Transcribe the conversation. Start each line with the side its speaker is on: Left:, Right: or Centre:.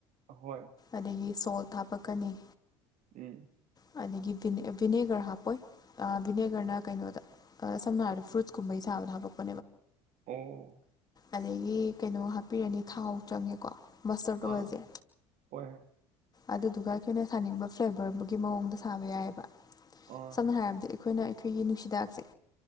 Right: ꯑꯍꯣꯏ
Left: ꯑꯗꯒꯤ ꯁꯣꯜꯠ ꯍꯥꯄꯛꯀꯅꯤ
Right: ꯎꯝ
Left: ꯑꯗꯒꯤ ꯕꯤꯅꯦꯒꯔ ꯍꯥꯞꯄꯣꯏ ꯕꯤꯅꯦꯒꯔꯅ ꯀꯩꯅꯣꯗ ꯁꯝꯅ ꯍꯥꯏꯔꯕꯗ ꯐ꯭ꯔꯨꯠꯁ ꯀꯨꯝꯕꯩ ꯁꯥꯕꯗ ꯍꯥꯄꯛꯄ
Right: ꯑꯣ
Left: ꯑꯗꯒꯤ ꯀꯩꯅꯣ ꯍꯥꯞꯄꯤꯔꯅꯤ ꯊꯥꯎ ꯆꯪꯉꯦꯀꯣ ꯃ꯭ꯁꯇ꯭ꯔꯠ ꯑꯣꯏꯜꯖꯦ
Right: ꯑꯥ ꯍꯣꯏ
Left: ꯑꯗꯨꯗꯨꯒ ꯑꯩꯈꯣꯏꯅ ꯁꯥꯅꯤꯡꯕ ꯐ꯭ꯂꯦꯕꯔ ꯑꯃꯒꯤ ꯃꯑꯣꯡꯗ ꯁꯥꯕ ꯌꯥꯏꯑꯕ
Right: ꯑꯥ
Left: ꯁꯝꯅ ꯍꯥꯏꯔꯕꯗ ꯑꯩꯈꯣꯏꯅ ꯑꯩꯈꯣꯏꯒꯤ ꯅꯨꯡꯁꯤꯗꯥꯛꯁꯦ